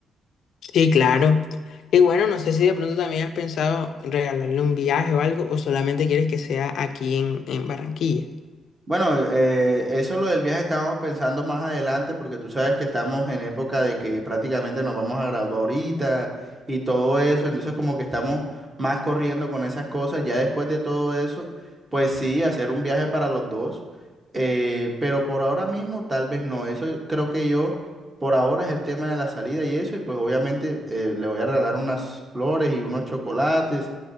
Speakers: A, on the left; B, on the right.
A: Sí, claro. Y bueno, no sé si de pronto también has pensado en regalarle un viaje o algo, o solamente quieres que sea aquí en, en Barranquilla.
B: Bueno, eh, eso lo del viaje estábamos pensando más adelante porque tú sabes que estamos en época de que prácticamente nos vamos a graduar ahorita y todo eso, entonces como que estamos más corriendo con esas cosas, ya después de todo eso, pues sí, hacer un viaje para los dos, eh, pero por ahora mismo tal vez no, eso creo que yo por ahora es el tema de la salida y eso, y pues obviamente eh, le voy a regalar unas flores y unos chocolates,